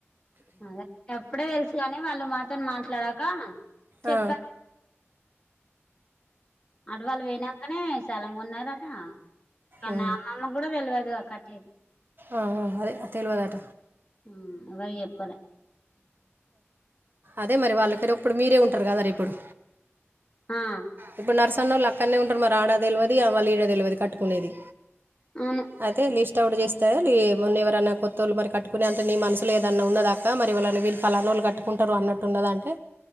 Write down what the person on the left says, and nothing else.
అదే అప్పుడే తెలుసుగాని వాళ్ళు మాతోని మాట్లాడాక చెప్పం
అట్వాళ్ళు పోయినంకనే స్థలం కోన్నారట కానీ
ఆమ్మమ్మ కూడా తెలవదు కట్టేట్ది
ఉమ్ ఎవర్కి చెప్పలే
హా
అవును